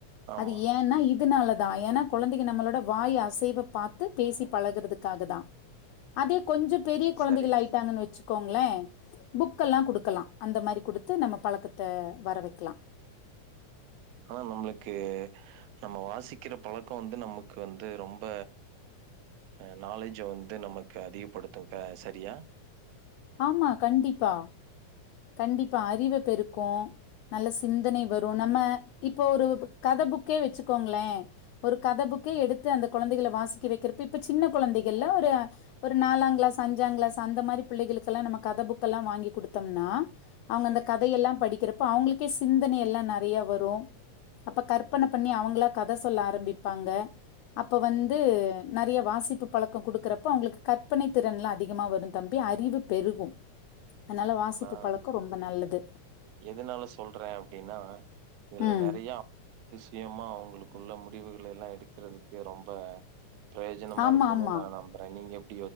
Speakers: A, on the right; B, on the left.
A: ஆமா
B: அது ஏன்னா இதுனால தா ஏன்னா கொழந்தைக நம்மளோட வாய் அசைவ பாத்து பேசி பழகுறதுக்காக தா அதே கொஞ்ச பெரிய கொழந்தைகள்
A: சரி.
B: ஆயிட்டாங்கன் வெச்சு க்கோங்ளே புக்கெல்லா குடுக்கலா அந்த மாரி குடுத்து நம்ம பழக்கத்த வர வைக்லா
A: ஆனா நம்மளுக்கு நம்ம வாசிக்கிற பழக்கொ வந்து நமக்கு வந்து ரொம்ப அ நாலேஜ் வந்து நமக்கு அதிகப்படுத் து ப சரியா
B: ஆமா கண்டிப்பா கண்டிப்பா அறிவ பெருக்கோ நல்ல சிந்தனை வரோ நம்ம இப்போ ஒரு கத புக்கே வெச்சுக்கோங்களே ஒரு கத புக்கே எடுத்து அந்த கொழந்தைகள வாசிக்க வெக்கறப்ப இப்ப சின்ன கொழந்தைகள்ல ஒரு ஒரு நாலாங் கிளாஸ் அஞ்சாங் கிளாஸ் அந்த மாரி பிள்ளைகளுக்கெல்லா நம்ம கத புக்கல்லா வாங்கி குடுத்தம்னா அவுங்க
A: சரி.
B: அந்த கதையெல்லா படிக்கிறப்ப அவுங்களுக்கே சிந்தனை எல்லா நெறைய வரு அப்ப கற்பன பண்ணி அவுங்ளா கத சொல்ல ஆரம்பிப்பாங்க அப்ப வந்து நெறைய வாசிப்பு பழக்கொ குடுக்குறப்ப அவுங்களுக்கு கற்பனை திறன்லா அதிகமா வரு தம்பி அறிவு பெருகு அன்னால வாசிப்பு
A: அ
B: பழக்கம் ரொம்ப நல்லது.
A: எதனால சொல்றே அப்டின்னா இதுல
B: ம்.
A: நெறைய அதிசயமா அவுங்களுக்குள்ள முடிவுக லையெல்லா எடுக்குறது கு ரொம்ப பிரயோஜனமாருக்குனு
B: ஆமா, ஆமா.
A: நா நம்புற நீங்க எப்